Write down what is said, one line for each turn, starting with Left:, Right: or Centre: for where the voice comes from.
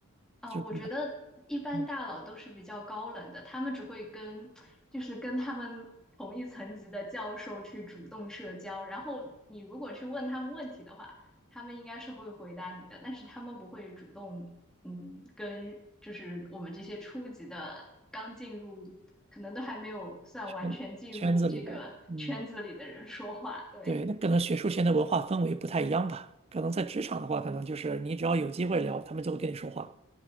Centre: 啊，
Right: 就是
Centre: 我觉得一般大佬都是比较高冷的，
Right: 嗯
Centre: 他们只会跟，就是跟他们同一层级的教授去主动社交，然后你如果去问他们问题的话，他们应该是会回答你的，但是他们不会主动，嗯，跟就是我们这些初级的刚进入，可能都还没有算完全进入这个圈子里的人说话，
Right: 圈圈子里的，嗯，
Centre: 对。
Right: 对，那可能学术圈的文化氛围不太一样吧。可能在职场的话，可能就是你只要有机会聊，他们就会跟你说话。